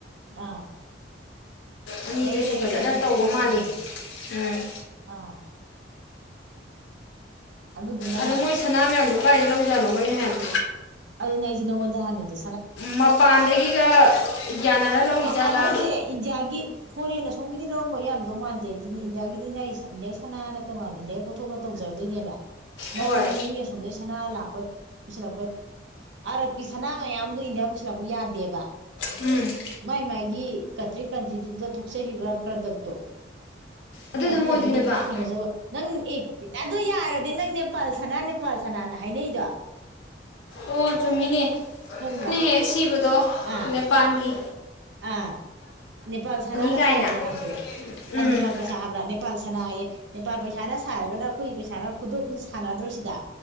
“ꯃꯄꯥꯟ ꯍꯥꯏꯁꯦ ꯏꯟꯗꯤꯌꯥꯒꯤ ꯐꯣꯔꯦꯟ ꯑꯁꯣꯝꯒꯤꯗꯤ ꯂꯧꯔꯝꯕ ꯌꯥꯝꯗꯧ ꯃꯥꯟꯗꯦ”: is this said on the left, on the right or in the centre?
Right